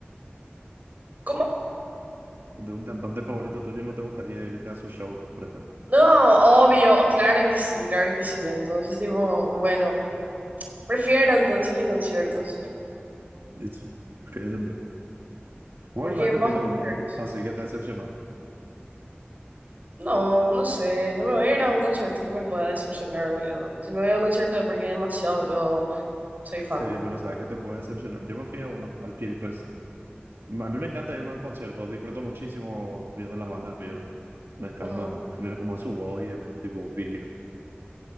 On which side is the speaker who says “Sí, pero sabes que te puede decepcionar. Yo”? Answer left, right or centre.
Right